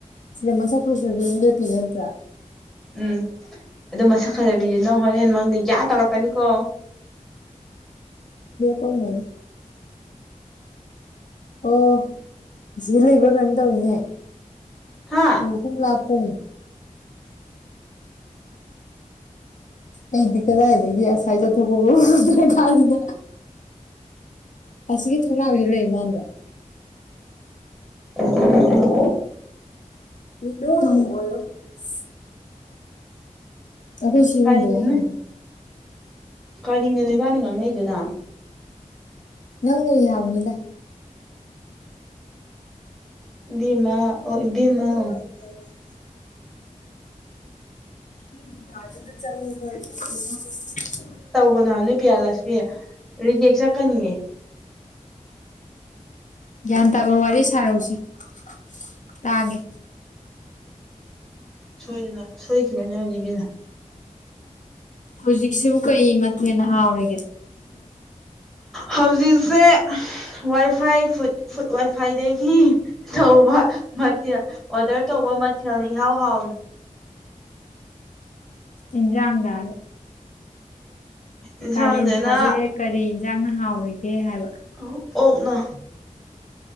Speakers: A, on the left; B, in the centre.
A: ꯁꯅꯦꯃ ꯆ ꯐꯁꯗꯤ ꯏꯇꯤꯆꯥ
B: ꯎꯝ ꯑꯗꯨ ꯃꯁꯛ ꯈꯖꯕꯤꯁ ꯅꯪ ꯍꯣꯔꯦꯟ ꯃꯪꯗꯤ ꯌꯥꯌꯥ ꯇꯧꯔꯛꯀꯅꯤꯀꯣ
A: ꯄꯃꯣꯟ ꯑꯣ ꯁꯤ ꯂꯩꯕ ꯀꯩꯅꯣ ꯇꯧꯋꯅꯦ
B: ꯍꯥ
A: ꯑꯣ ꯀꯨꯝ ꯂꯥꯛꯀꯨꯝ ꯑꯩꯗꯤ ꯀꯗꯥꯏꯗꯒꯤ ꯉꯁꯥꯏ ꯆꯠꯊꯣꯛꯄ ꯀꯜꯂꯤꯗ ꯑꯁꯤꯒꯤ ꯊꯣꯡꯅꯧꯗ ꯂꯩꯕꯥꯃꯟꯕ
B: <inaudible>
A: ꯋꯤꯗꯣꯌꯥꯃꯣꯏꯌꯣ ꯏꯁ ꯑꯩꯈꯣꯏ ꯁꯤ
B: ꯀꯔꯤꯅꯣꯅꯦ
A: ꯋꯤꯟꯗꯣꯁꯦ ꯍꯥꯡꯉꯦ
B: ꯀꯔꯤꯅꯣꯅꯣꯏ ꯏꯕꯥꯅꯤ ꯉꯥꯡꯅꯩꯗꯨꯅ
A: ꯅꯪꯕꯨ ꯌꯥꯡꯕꯅꯤꯗ
B: ꯚꯃꯥ ꯑꯣ ꯏꯕꯦꯝꯃ
A: <unintelligible> <unintelligible>
B: ꯕꯣꯅꯥꯂꯦꯞꯄ ꯌꯥꯗꯁꯤꯃꯤ ꯔꯤꯀꯅꯦꯛꯁꯟ ꯐꯪꯅꯤꯡꯉꯦ
A: ꯒꯦꯟ ꯇꯕ ꯋꯥꯔꯤ ꯁꯔꯛꯑꯣ ꯁꯦꯇꯥꯒꯦ
B: ꯁꯣꯏꯒꯅ ꯁꯣꯏꯈꯤꯕ ꯌꯥꯍꯧꯒꯅ
A: ꯍꯧꯖꯤꯛꯁꯤꯕꯨ ꯀꯩꯃꯊꯦꯟꯅ ꯍꯥꯎꯔꯤꯒꯦ
B: ꯍꯧꯖꯤꯛꯁꯦ ꯋꯥꯏꯐꯥꯏ ꯐꯨꯨꯋꯥꯏꯐꯥꯏꯗꯒꯤ ꯆꯧꯕ ꯃꯊꯦꯜ ꯑꯣꯗꯔ ꯇꯧꯕ ꯃꯊꯦꯜꯅ ꯏꯍꯥꯎ ꯍꯥꯎꯔꯦ
A: ꯏꯟꯖꯥꯡꯒ
B: ꯏꯟꯁꯥꯡꯗꯅ
A: ꯀꯥꯂꯦꯟ ꯊꯥꯖꯦ ꯀꯔꯤ ꯌꯦꯟꯖꯥꯡꯅ ꯍꯥꯎꯔꯒꯦ ꯍꯥꯏꯕ
B: ꯑꯣꯛꯅ